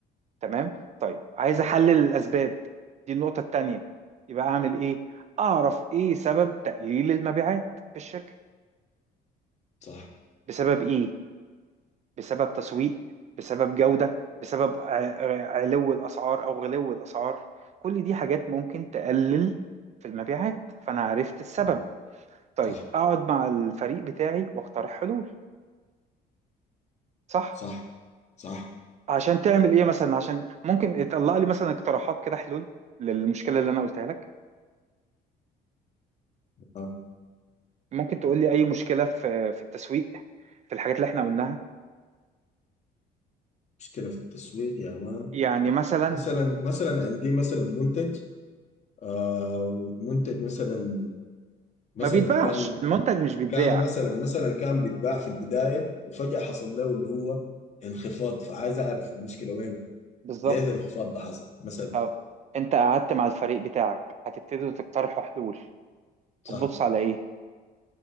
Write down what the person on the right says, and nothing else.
تمام طيب عايز أحلل الأسباب دي النقطة التانية يبقى أعمل إيه؟ أعرف إيه سبب تقليل المبيعات في الشركة
بسبب إيه؟ بسبب تسويق بسبب جودة بسبب ع- ع- علو الأسعار أو غلو الأسعار كل دي حاجات ممكن تقلل في المبيعات فأنا عرفت السبب
طيب
أقعد مع الفريق بتاعي وأقترح حلول صح
عشان تعمل إيه مثلا عشان ممكن يطلع لي مثلا اقتراحات كده حلول للمشكلة اللي أنا قلتها لك
ممكن تقول لي أي مشكلة في في التسويق في الحاجات اللي إحنا قلناها
يعني مثلا
ما بيتباعش
المنتج مش بيتباع
بالظبط
طب انت قعدت مع الفريق بتاعك هتبتدوا تقترحوا حلول
هتبص على ايه